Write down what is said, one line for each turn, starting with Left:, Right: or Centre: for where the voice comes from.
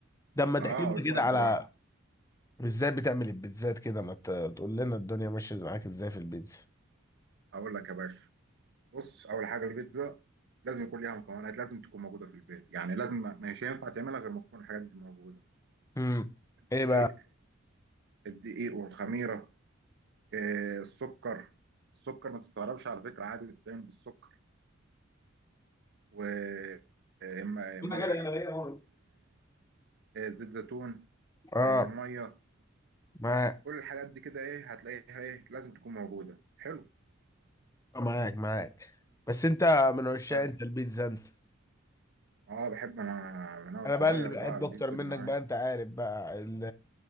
Left: ده اما تحكي
Right: اه
Left: لنا
Right: وتودي
Left: كده على
Right: بقى
Left: ازاي بتعمل البيتزات كده ما ت- تقول لنا الدنيا ماشيه معاك ازاي في البيتزا
Right: اقول لك يا باشا بص اول حاجه البيتزا لازم يكون ليها مكونات لازم تكون موجوده في البيت يعني لازم مش هينفع تعملها غير ما تكون الحاجات دي موجوده
Left: امم
Right: الدقيق
Left: ايه بقى
Right: الدقيق والخميره آه السكر السكر ما تستغربش على فكره عادي بتتعمل بالسكر وملح
Left: انا جاي انا ليا مرة.
Right: زيت زيتون
Left: اه
Right: آه، ميه
Left: معاك
Right: كل الحاجات دي كده ايه هتلاقيها ايه لازم تكون موجوده حلو
Left: آه، معاك معاك بس انت من عشاق
Right: بس
Left: انت البيتزا انت
Right: اه بحب انا من انا
Left: انا
Right: صغير
Left: بقى اللي بحب
Right: بقى البيتزا
Left: اكتر منك
Right: دي معايا
Left: بقى انت عارف بقى ال